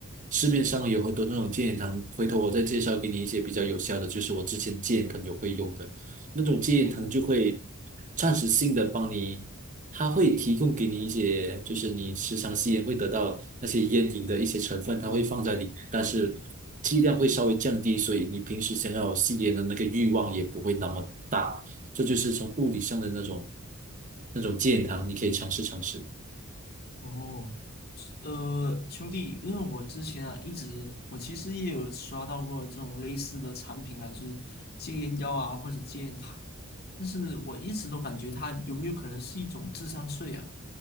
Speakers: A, on the right; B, on the left.
A: 市面上有很多那种戒烟糖，回头我再介绍给你一些比较有效的，就是我之前戒烟朋友会用的那种戒烟糖，
B: 哦
A: 就会暂时性的帮你它会提供给你一些，就是你时常吸烟会得到那些烟瘾的一些成分，
B: 哦
A: 它会放在里面但是剂量会稍微降低，所以你平时想要吸烟的那个欲望也不会那么大。这就是从物理上的那种那种健康，你可以尝试尝试。
B: 哦，呃，兄弟，因为我之前啊一直，我其实也有刷到过这种类似的产品啊，就是戒烟药啊或者戒烟糖，但是我一直都感觉它有没有可能是一种智商税啊？